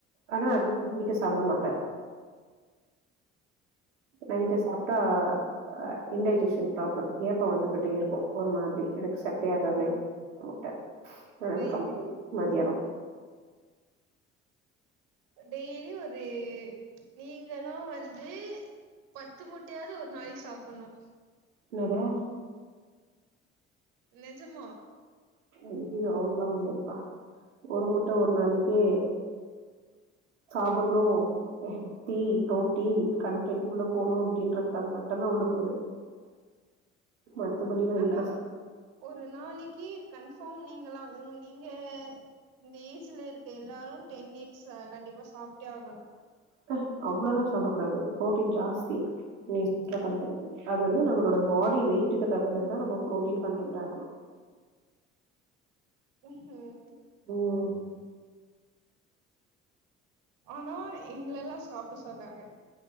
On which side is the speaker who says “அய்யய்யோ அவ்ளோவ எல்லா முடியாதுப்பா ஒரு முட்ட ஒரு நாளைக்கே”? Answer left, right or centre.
Right